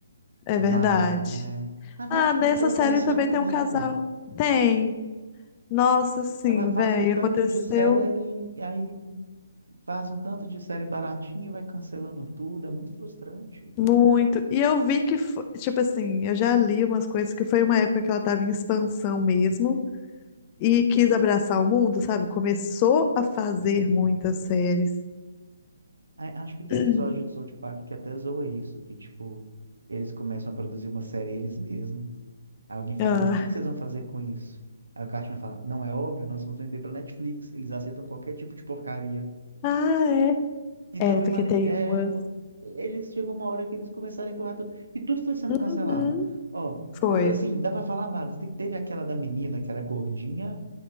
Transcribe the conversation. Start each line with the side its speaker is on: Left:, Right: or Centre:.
Left: é
Right: Mas
Left: verdade.
Right: é, a Netflix
Left: Ah, nessa
Right: ela
Left: série
Right: tem esse
Left: também
Right: hábito
Left: tem
Right: horrível.
Left: um casal. Tem. Nossa, sim,
Right: Ela faz
Left: velho.
Right: um tanto
Left: Aconteceu.
Right: de série e aí Faz um tanto de série baratinha e vai cancelando tudo, é muito frustrante.
Left: Muito. E eu vi que, fo- tipo assim, eu já li umas coisas que foi uma época que ela tava em expansão mesmo e quis abraçar o mundo, sabe? Começou a fazer
Right: E-
Left: muitas séries.
Right: Ai, Acho que tem
Left: <clears throat>
Right: um episódio de South Park que até zoa isso, que tipo, eles começam a produzir uma série eles mesmos. Aí alguém fala,
Left: Ah,
Right: mas o que que vocês vão fazer com isso? Aí o Cartman fala, não é óbvio, nós vamos vender pra Netflix, eles aceitam qualquer tipo de porcaria.
Left: ah,
Right: Então
Left: é. É, porque
Right: eu imagino,
Left: tem
Right: é,
Left: umas.
Right: por- eles chegou uma hora que eles começaram a empurrar tudo, e tudo foi sendo
Left: Uhum.
Right: cancelado. Ó,
Left: Foi.
Right: eu- assim, dá pra falar vários. Te- Teve aquela da menina que era gordinha,